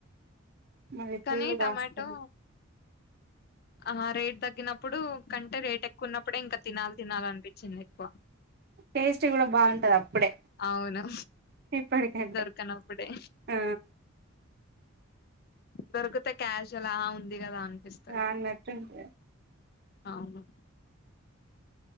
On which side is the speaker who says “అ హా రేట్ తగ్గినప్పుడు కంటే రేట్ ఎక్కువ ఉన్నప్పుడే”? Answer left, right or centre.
Left